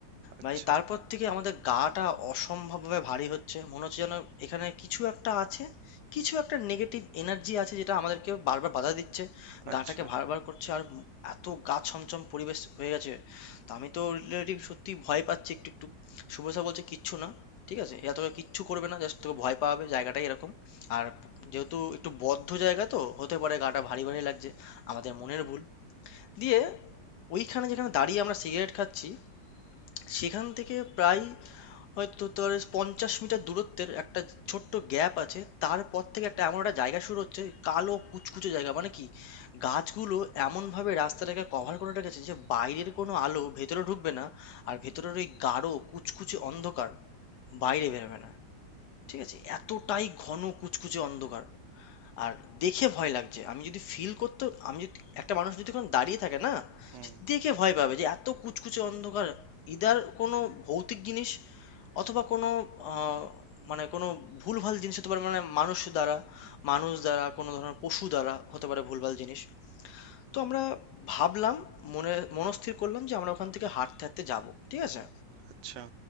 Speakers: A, on the right; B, on the left.
A: আচ্ছা
B: ভাই তারপর থেকে আমাদের গাটা অসম্ভবভাবে ভারী হচ্ছে মনে হচ্ছে যেন এখানে কিছু একটা আছে কিছু একটা নেগেটিভ এনার্জি আছে যেটা আমাদেরকে বারবার বাধা দিচ্ছে
A: আচ্ছা
B: গাটাকে ভারবার করছে আর এত গা ছমছম পরিবেশ হয়ে গেছে তা আমি তো রিলেটিভ সত্যি ভয় পাচ্ছি একটু একটু শুভসা বলছে কিচ্ছু না ঠিক আছে এরা তোকে কিচ্ছু করবে না জাস্ট তোকে ভয় পাবে জায়গাটাই এরকম আর যেহেতু একটু বদ্ধ জায়গা তো হতে পারে গাটা ভারী ভারী লাগছে আমাদের মনের ভুল দিয়ে ওইখানে যেখানে দাঁড়িয়ে আমরা সিগারেট খাচ্ছি সেখান থেকে প্রায় হয়তো তোর পঞ্চাশ মিটার দূরত্বের একটা ছোট্ট গ্যাপ আছে তারপর থেকে একটা এমন একটা জায়গা শুরু হচ্ছে কালো কুচকুচে জায়গা মানে কি গাছগুলো এমনভাবে রাস্তাটাকে কভার করে রেখেছে যে বাইরের কোনো আলো ভেতরে ঢুকবে না আর ভেতরের ওই গাঢ় কুচকুচে অন্ধকার বাইরে বেরোবে না ঠিক আছে এতটাই ঘন কুচকুচে অন্ধকার আর দেখে ভয় লাগছে আমি যদি ফিল করতে আমি যদি- একটা মানুষ যদি কোনো দাঁড়িয়ে থাকে না
A: হুম
B: সে দেখে ভয় পাবে যে এত কুচকুচে অন্ধকার ইদার কোনো ভৌতিক জিনিস অথবা কোনো আহ, মানে কোনো ভুলভাল জিনিস হতে পারে মানে মানুষ দ্বারা মানুষ দ্বারা কোনো ধরনের পশু দ্বারা হতে পারে ভুলভাল জিনিস তো আমরা ভাবলাম মনে মনস্থির করলাম যে আমরা ওখান থেকে হাঁটতে হাঁটতে যাব ঠিক আছে
A: আচ্ছা